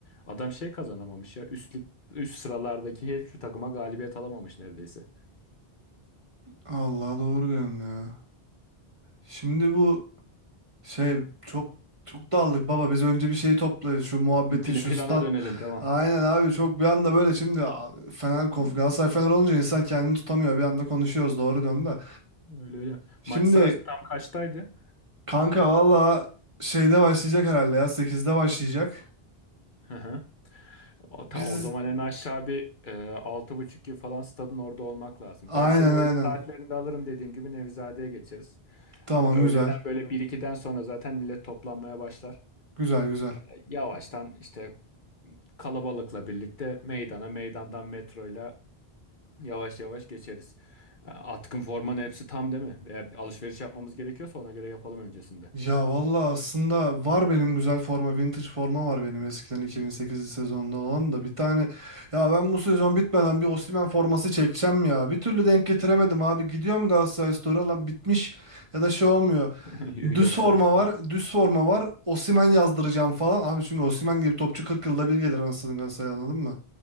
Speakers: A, on the left (about 55°); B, on the right (about 30°).
A: Adam şey kazanamamış ya. Üst lig, üst sıralardaki hiçbir takıma galibiyet alamamış neredeyse.
B: Allah doğru diyorsun ya. Şimdi bu Şey çok çok daldık baba biz önce bir şeyi toplayız şu muhabbeti
A: Pla-
B: şu
A: plana
B: stat.
A: dönelim tamam.
B: Aynen abi çok bir anda böyle şimdi a- Fener konf
A: Hmm,
B: Galatasaray Fener olunca insan kendini tutamıyor bir anda konuşuyoruz doğru döndü
A: Öyle öyle.
B: Şimdi
A: Maç saat tam kaçtaydı?
B: kanka valla şeyde başlayacak herhalde ya sekizde başlayacak.
A: Hı hı. O, tamam
B: Biz
A: o zaman en aşağı bir e, altı buçuk gibi falan stadın orada olmak lazım.
B: aynen
A: Ben seni öğle
B: aynen
A: saatlerinde alırım dediğim gibi Nevizade'ye geçeriz.
B: tamam
A: E, öğleden
B: güzel
A: böyle bir 1-2'den sonra zaten millet toplanmaya başlar.
B: güzel güzel.
A: E, yavaştan işte kalabalıkla birlikte meydana meydandan metroyla yavaş yavaş geçeriz. E, atkın formanın hepsi tam değil mi? Veya bir alışveriş yapmamız gerekiyorsa ona göre yapalım öncesinde.
B: Ya valla aslında var benim güzel forma, vintage forma var benim eskiden 2008 sezonunda olan da bir tane. Ya ben bu sezon bitmeden bir Osimhen forması çekeceğim ya. Bir türlü denk getiremedim abi. Gidiyorum Galatasaray Store'a lan bitmiş ya da şey olmuyor.
A: <laughs> Yok
B: Düz forma
A: satıyor.
B: var, düz forma var. Osimhen yazdıracağım falan. Abi çünkü Osimhen gibi topçu 40 yılda bir gelir anasını Galatasaray anladın mı?